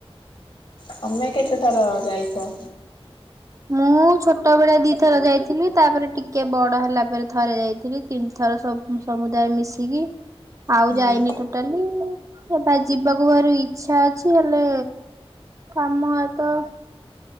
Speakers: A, on the left (about 55°); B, on the right (about 30°).
A: ତମେ କେତେଥର ଯାଇଚ?
B: ମୁଁ ଛୋଟ ବେଳେ ଦି ଥର ଯାଇଥିଲି ତାପରେ ଟିକେ ବଡ ହେଲା ତାପରେ ଥରେ ଯାଇଥିଲି ତିନି ଥର ସମୁଦାୟ ମିଶିକି। ଆଉ
A: ହୁଁ
B: ଯାଇନି ଟୋଟାଲି। ଏ ବା ଯିବାକୁ ଘରୁ ଇଚ୍ଛା ଅଛି ହେଲେ କାମ ତ